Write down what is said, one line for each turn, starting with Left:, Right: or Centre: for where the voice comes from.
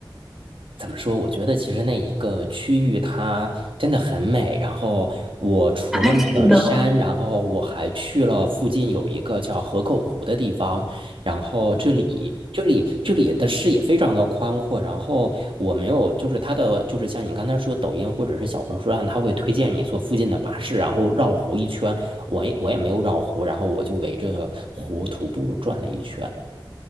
Right: 怎么说？我觉得其实那一个区域它真的很美。然后我除了那个山，
Centre: 啊，是的。
Right: 然后我还去了附近有一个叫河口湖的地方。然后这里这里这里的视野非常的宽阔。然后我没有，就是它的就是像你刚才说抖音或者是小红书上，它会推荐你坐附近的巴士，然后绕湖一圈。我也我也没有绕湖，然后我就围着湖徒步转了一圈。